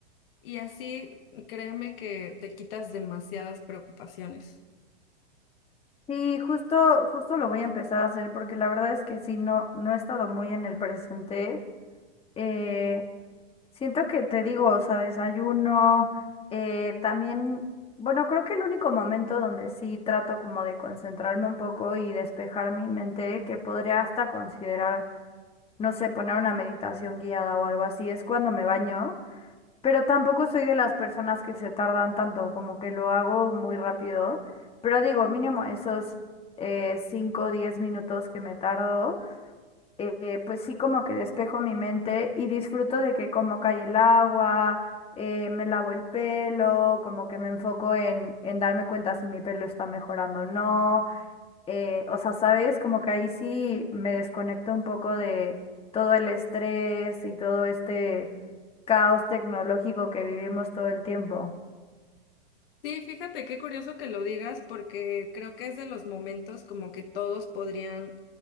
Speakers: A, on the left; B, on the left.
A: y así créeme que te quitas demasiadas preocupaciones.
B: Sí, justo, justo lo voy a empezar a hacer porque la verdad es que sí, no, no he estado muy en el presente. Eh, Siento que te digo, o sea, desayuno, eh, también, bueno, creo que el único momento donde sí trato como de concentrarme un poco y despejar mi mente, que podría hasta considerar, no sé, poner una meditación guiada o algo así, es cuando me baño, pero tampoco soy de las personas que se tardan tanto, como que lo hago muy rápido, pero digo, mínimo esos eh, 5 o 10 minutos que me tardo eh, pues sí como que despejo mi mente y disfruto de que como cae el agua, eh, me lavo el pelo, como que me enfoco en, en darme cuenta si mi pelo está mejorando o no. eh, o sea, ¿sabes? Como que ahí sí me desconecto un poco de todo el estrés y todo este caos tecnológico que vivimos todo el tiempo.
A: Sí, fíjate qué curioso que lo digas porque creo que es de los momentos como que todos podrían